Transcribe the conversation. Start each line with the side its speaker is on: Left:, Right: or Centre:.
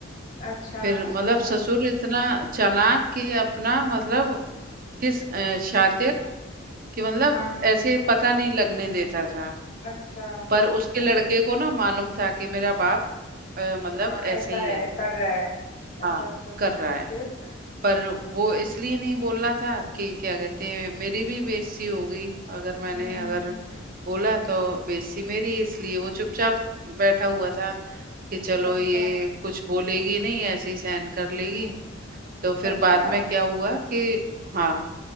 Left: अच्छा
Right: फिर
Left: अच्छा
Right: मतलब ससुर इतना चालाक कि अपना मतलब
Left: हम्म,
Right: किस अ, शातिर कि मतलब
Left: हाँ हाँ
Right: ऐसे पता नहीं लगने देता था
Left: अच्छा
Right: पर उसके लड़के को ना मालूम था कि मेरा बाप अ, मतलब
Left: हाँ
Right: ऐसे
Left: ऐसा
Right: ही
Left: है
Right: है
Left: कर रहा है अच्छा
Right: हाँ
Left: अच्छा अच्छा
Right: कर रहा है
Left: फिर
Right: पर वो इसलिए नहीं बोलना था कि क्या कहते हैं मेरी भी बेइज्जती होगी अगर मैंने
Left: हम्म
Right: अगर
Left: हम्म
Right: बोला तो बेइज्जती मेरी इसलिए वो चुपचाप बैठा हुआ था कि चलो
Left: अच्छा
Right: ये कुछ बोलेगी नहीं ऐसे ही सहन कर लेगी
Left: हम्म
Right: तो फिर
Left: अच्छा
Right: बाद
Left: हम्म
Right: में क्या हुआ कि हाँ